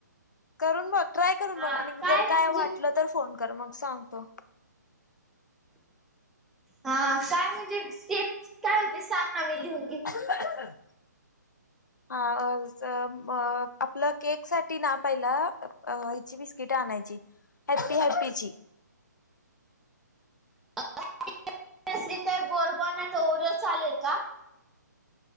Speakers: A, on the left; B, in the centre.
A: करून बग ट्राय करून
B: हा
A: बघ आणि जर काय
B: म्हणजे
A: वाटलं तर फोन कर मग सांगतो.
B: हा काय म्हणजे स्टेप काय होती सांगना मी लिहून घेते.
A: <unintelligible> हा व ज म आपलं केक साठीना पईलं अं ह्याची बिस्किटं आणायची हॅपी हॅपी चि.
B: <unintelligible> नसली तर बोरबॉनंच ओरिओ चालेल का?